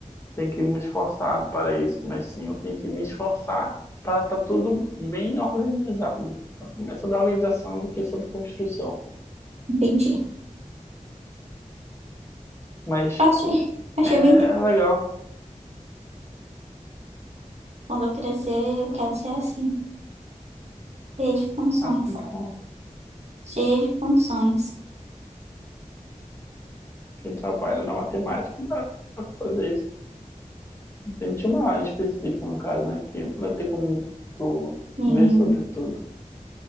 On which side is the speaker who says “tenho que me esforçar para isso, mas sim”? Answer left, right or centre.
Left